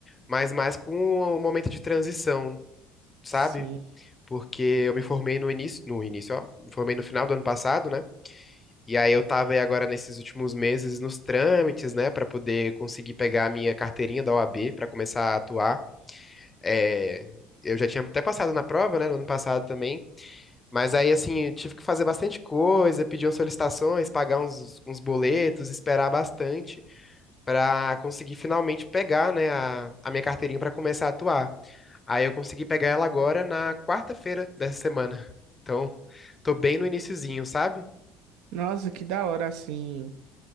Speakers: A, on the left; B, on the right.
A: Mas mais com o momento de transição, sabe?
B: Sim.
A: Porque eu me formei no início, no início, ó, me formei no final do ano passado, né? E aí eu tava aí agora nesses últimos meses nos trâmites, né, Pra poder conseguir pegar a minha carteirinha da OAB pra começar a atuar. É, eu já tinha até passado na prova, né, no ano passado também, mas aí assim, eu tive que fazer bastante coisa, pedir umas solicitações, pagar uns, uns boletos, esperar bastante pra conseguir finalmente pegar, né, a, a minha carteirinha pra começar a atuar. Aí eu consegui pegar ela agora na quarta-feira dessa semana. Então, tô bem no iniciozinho, sabe?
B: Nossa, que da hora, assim.